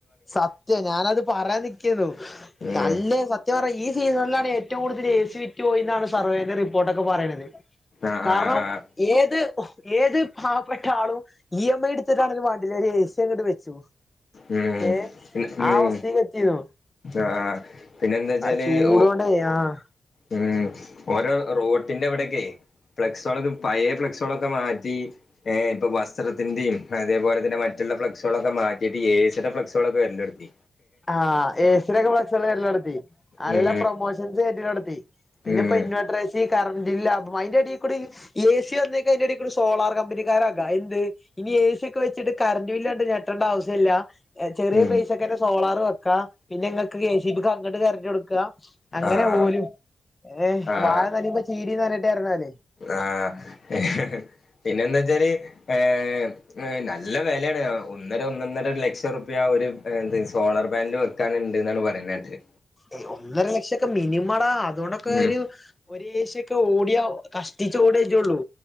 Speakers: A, on the left; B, on the left.
A: സത്യം ഞാനത് പറയാ നികേനു
B: ഉം
A: നല്ല സ സത്യം പറാ ഈ സീസണ്ലാണ് ഏറ്റവും കൂടുൽ എ സി ഫി പോയി എന്നാണ് സർവേന്റെ റിപ്പോർട്ടൊക്കെ പറയണത്
B: ആഹ്
A: കാരണം
B: ആഹ് ആഹ്
A: ഏത് ഏത് പാവപ്പെട്ട ആളും ഇ എം ഐ എടുത്തിട്ടാണെലും വേണ്ടില്ലാ ഒരു എ സി അങ്ങട് വെച്ചു
B: ഉം
A: ഏഹ്
B: പിന്നെ ഉം
A: ആ അവസ്ഥീലെത്തീണോ
B: ആഹ് പിന്നെന്താ വെച്ചാല്
A: ചൂടോ
B: ഓ
A: ണ്ടേ ആഹ്
B: ഉം ഓരോ റോട്ടിന്റെ ഇവിടെക്കെ ഫ്ലെക്സോൾക്കെ പഴേ ഫ്ലെക്സോളൊക്കെ മാറ്റി. ഏഹ് ഇപ്പൊ വസ്ത്രത്തിന്റിം അതേപോലെ തന്നെ മറ്റുള്ള ഫ്ലക്സുകളൊക്കെ മാറ്റിയിട്ട് എ സി ടെ ഫ്ലക്സുകളൊക്കെ വര്ല്ലൊട്ത്തി.
A: ആഹ് ഏസിടൊക്കെ ഫ്ലെക്സള് വര് ലൊട്ത്തി. അല്ല
B: ഉം
A: പ്രൊമോഷ <unintelligible> പിന്നെപ്പ
B: ഉം ഉം
A: ഇൻവേട്ടർ എസി കറന്റില്ല അപ്പൊ അയ്ന്റെടികൂടി ഏ സി വന്നേക്ക അയ്ന്റെടേക്കൂടെ സോളാർ കമ്പനിക്കാരാകാ എന്ത് ഇനി എ സിയക്കെ വെച്ചിട്ട് കറണ്ട് ബില്ലണ്ട് ഞെട്ടണ്ട ആവ്സ്യല്ല. ചെറിയ
B: ഉം
A: പൈസക്കെന്നെ സോളാറ് വെക്കാ പിന്നെങ്ങക്ക് കെസിബിക്ക്‌ അങ്ങട്ട് കര്ന്റൊട്ക്കാ അങ്ങനെ
B: ആഹ്
A: ഓലും ഏഹ്
B: ആഹ്
A: വാഴ നനയുമ്പോ ചീരിം നനയട്ടേർഞ്ഞാലേ
B: ആഹ് പിന്നെന്താച്ചാല് ഏ നല്ല വെലേണ് ഒന്നര ഒന്നന്നര ലക്ഷം ർപ്യ ഒരു എന്ത്‌ സോളാർ പാനൽ വെ ക്കാന്ണ്ട് ന്നാണ് പറയുന്നേട്ടഹ്.
A: ഏയ് ഒന്നര ലക്ഷൊക്കെ മിനിമടാ അതോണ്ടൊക്കെ
B: ഉം
A: ഒരു ഒരു എസിക്കൊ ഓടിയാ കഷ്ടിച്ച ഓടേജുള്ളൂ.